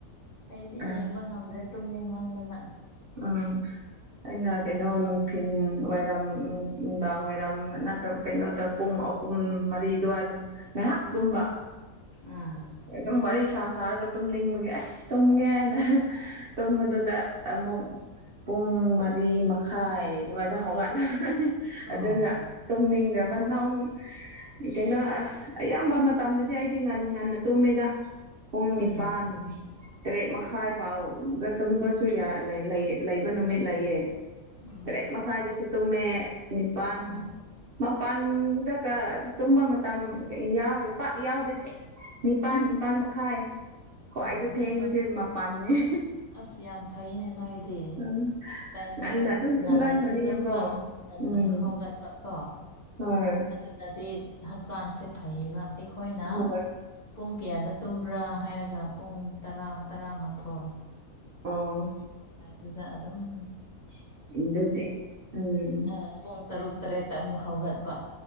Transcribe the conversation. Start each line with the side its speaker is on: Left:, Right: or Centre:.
Left: ꯑꯩꯗꯤ
Right: ꯑꯁ
Left: ꯌꯦꯡꯕ ꯉꯝꯗ꯭ꯔꯦ ꯇꯨꯝꯅꯤꯡꯃꯟꯗꯅ
Right: ꯎꯝ ꯑꯩꯅ ꯀꯩꯅꯣ
Left: ꯃꯣꯏ
Right: ꯅꯨꯡꯊꯤꯟ ꯋꯥꯏꯔꯝ ꯅꯨꯡꯗꯥꯡ ꯋꯥꯏꯔꯝ ꯅꯠꯇꯕ ꯀꯩꯅꯣꯗ ꯄꯨꯡ ꯑꯍꯨꯝ ꯃꯔꯤ ꯗꯨꯋꯥꯏ ꯗꯨꯝ ꯉꯍꯥꯛ ꯇꯨꯝꯕ
Left: ꯑꯥ
Right: ꯑꯗꯨꯝ ꯋꯥꯔꯤ ꯁꯥ ꯁꯥꯔꯒ ꯇꯨꯝꯅꯤꯡꯕꯒꯤ ꯑꯁ ꯇꯨꯝꯒꯦ ꯍꯥꯏꯅ ꯇꯨꯝꯕꯗꯨꯗ ꯑꯃꯨꯛ ꯄꯨꯡ ꯃꯔꯤ ꯃꯈꯥꯏ ꯗꯨꯋꯥꯏꯗ ꯍꯧꯒꯠꯂ
Left: ꯑꯣ
Right: ꯑꯗꯨꯅ ꯇꯨꯝꯅꯤꯡꯗꯕ ꯅꯣꯡ ꯀꯩꯅꯣ ꯑꯌꯥꯝꯕ ꯃ ꯇꯝꯗꯗꯤ ꯑꯩꯗꯤ ꯉꯟ ꯉꯟꯅ ꯇꯨꯝꯃꯤꯗ ꯄꯨꯡ
Left: ꯎꯝ
Right: ꯅꯤꯄꯥꯟ ꯇꯔꯦꯠ ꯃꯈꯥꯏ ꯐꯥꯎꯗ ꯇꯨꯝꯕꯁꯨ ꯌꯥꯏ ꯂꯩ ꯂꯩ ꯂꯩꯕ ꯅꯨꯃꯤꯠ ꯂꯩꯌꯦ
Left: ꯑꯣ
Right: ꯇꯔꯦꯠ ꯃꯈꯥꯏꯗꯁꯨ ꯇꯨꯝꯃꯦ ꯅꯤꯄꯥꯟ
Left: ꯎꯝ
Right: ꯃ ꯄꯟꯗ ꯀ ꯇꯨꯝꯕ ꯃꯇꯝ ꯌꯥꯎ ꯄꯥꯛ ꯌꯥꯎꯗꯦ ꯅꯤꯄꯥꯟ
Left: ꯎꯝ
Right: ꯅꯤꯄꯥꯟ ꯃꯈꯥꯏ ꯈ꯭ꯋꯥꯏꯗ
Left: ꯑꯣ
Right: ꯊꯦꯡꯕꯁꯦ
Left: ꯑꯗꯣ
Right: ꯃꯄꯥꯟꯅꯦ
Left: ꯑꯁ ꯌꯥꯝ ꯐꯩꯅꯦ ꯅꯣꯏꯗꯤ
Right: ꯎꯝ
Left: ꯇꯥꯏꯃꯤꯡ
Right: ꯉꯟꯅ ꯑꯗꯨꯝ
Left: ꯉꯟꯅꯁꯨ
Right: ꯇꯨꯝꯒꯟꯕꯅꯤꯅꯀꯣ
Left: ꯇꯨꯝꯕ ꯉꯟꯅꯁꯨ
Right: ꯎꯝ
Left: ꯍꯧꯒꯠꯄ ꯀꯣ
Right: ꯍꯣꯏ
Left: ꯑꯗꯨꯅꯗꯤ ꯍꯛꯆꯥꯡꯁꯦ ꯐꯩꯌꯦꯕ ꯑꯩꯈꯣꯏꯅ
Right: ꯍꯣꯏ
Left: ꯄꯨꯡ ꯀꯌꯥꯗ ꯇꯨꯝꯕ꯭ꯔꯥ ꯍꯥꯏꯔꯒ ꯄꯨꯡ ꯇꯔꯥ ꯇꯔꯥꯃꯥꯊꯣꯏ
Right: ꯑꯣ
Left: ꯗꯨꯗ ꯑꯗꯨꯝ
Right: <unintelligible>
Left: ꯑ ꯄꯨꯡ ꯇꯔꯨꯛ ꯇꯔꯦꯠꯇ ꯑꯃꯨꯛ ꯍꯧꯒꯠꯄ